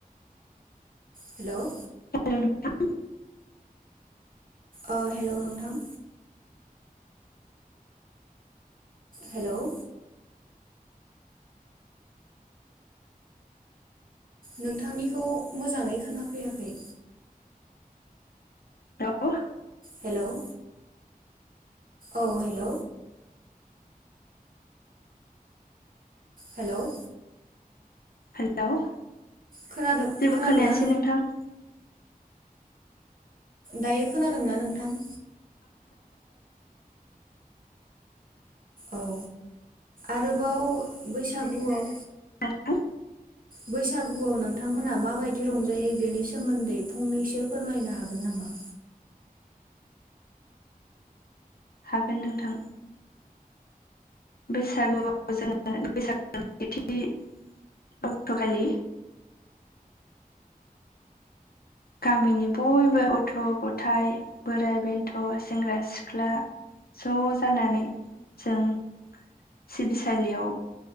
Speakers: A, on the right; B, on the left.
A: हेल'
B: हेल नोंथां।
A: अ हेल' नोंथां। हेल' नोंथांनिखौ मोजाङै खोनाफैयाखै।
B: हेल'
A: हेल' औ हेल' हेल'
B: हेल'
A: खोनादों
B: जेबो
A: खोनादोंना
B: खोनायासै नोंथां।
A: दायो खोनादोंना नोंथां? औ आरोबाव बैसागुआव
B: ह <unintelligible>
A: बैसागुआव नोंथांमोनहा माबायदि रंजायो बेनि सोमोन्दै फंनैसो फोरमायनो हागोन नामा?
B: हागोन नोंथां। बैसागुआव जोङो बैसागु सेथि अक्ट'खालि गामिनि बयबो गथ' गथायाइ बोराइ बेन्थ' सेंग्रा सिख्ला ज' जानानै जों सिबिसालियाव